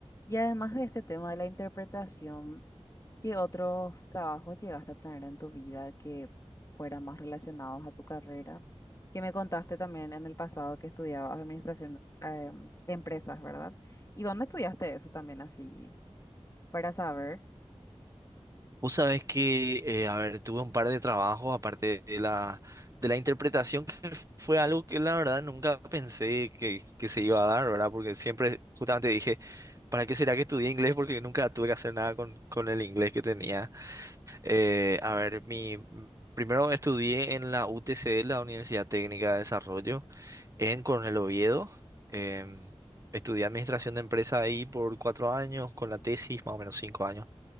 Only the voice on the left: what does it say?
Y además de este tema de la interpretación, ¿qué otros trabajos llegaste a tener en tu vida que fueran más relacionados a tu carrera? Que me contaste también en el pasado que estudiabas administración eh, de empresas, ¿verdad? ¿Y dónde estudiaste eso también así? Para saber.